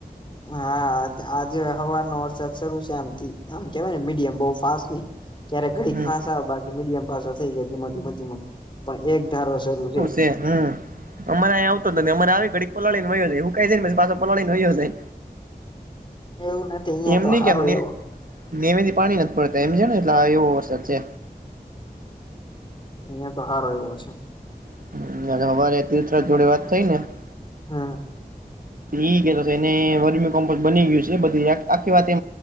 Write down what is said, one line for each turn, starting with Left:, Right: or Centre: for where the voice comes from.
Left: હા આજે હવાનો વરસાદ શરૂુ છે આમ આમ કેવાય ને મીડિયમ બહ ફાસ્ટ નઈ. ક્યારે ઘડી
Right: હમ
Left: ફાસ આવે બાકી મીડિયમ પાસો થઈ જાય ધીમ ધીમ ધીમ પણ એક ધારો શરૂ છે.
Right: તે હમ. અમારે અહીયા આવતો જ નથી અમારે આવી ઘડીક પલાળને છે હવ કઈ જ ને પા પલાળનેયો જ-
Left: એવું નથી અહિયાં
Right: એમને
Left: તો સારો
Right: કેમને-
Left: એવો
Right: નેમેથી પાણી નથી પડતા એમ છે ને એટલે આ એવો વરસાદ છે.
Left: અહિયાં તો હાર એવો છે.
Right: <unintelligible>
Left: હમ!
Right: એ કેતો છે એને વર્મી કોમ્પો બની ગયું છે બધી આખી વાત એ